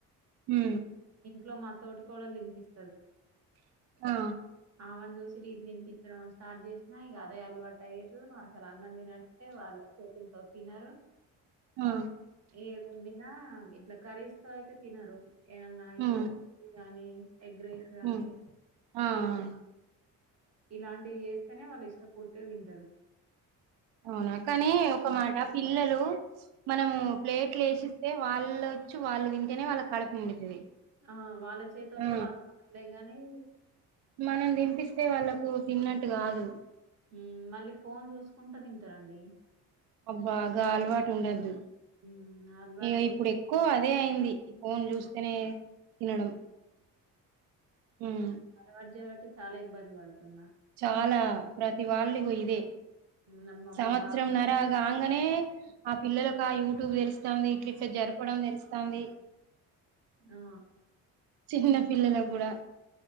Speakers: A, on the right; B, on the right.
A: మ్
B: ఇంట్లో మా తోటి కోడలు తినిపిస్తది
A: ఆ
B: ఆమెన్ చిరి తీపిస్తది ఆమె స్టాట్ చే నా ఇగ అదే అలవాటు అయ్యేర్రు అసలు అన్న తినంటే వాళ్ళ చేతుల్తో తినారు
A: ఆ
B: ఏ ది వండినా ఇట్లా కరీస్ తో అయితే తినరు ఏమన్నా ఇట్లా
A: మ్
B: కానీ ఎగ్రేస్ గానీ
A: మ్ ఆ
B: పుల్
A: ఆ
B: ఇలాంటివి చేస్తేనే వాళ్ళు ఇష్టపూర్తిగ తింటరు
A: అవునా కానీ ఒక మాట పిల్లలు మనము ప్లేట్లేసిస్తే వాళ్ చ్చు వాళ్ళు తింటేనే వాళ్ళ కడుపు నిండుతది
B: ఆ వాళ్ళ చేయితోటే
A: ఆ
B: వాళ్ళ లే గాని
A: మనం తినిపిస్తే వాళ్ళలకు తిన్నట్టు కాదు
B: మ్ మళ్ళీ ఫోన్ చూసుకుంటా తింటారండి
A: అబ్బా గా అలవాటు ఉండోద్దు
B: మ్మ్ అలవాటు
A: ఇగ
B: చే
A: ఇప్పుడు ఎక్కువ అదే అయింది ఫోన్ చూస్తేనే తినడం ఉమ్
B: అలవాటు చేయబట్టి చాలా ఇబ్బంది పడుతున్నా
A: చాలా ప్రతి వాళ్ళు ఇగో ఇదే
B: నా- మా
A: సంవత్సరం
B: మా బాబు
A: నర కన్గనే ఆ పిల్లలకు ఆ యూట్యూబ్ తెలుస్తది ఇట్లిట్ల జరపడం తెలుస్థంది
B: ఆ
A: చిన్న పిల్లలకు కూడా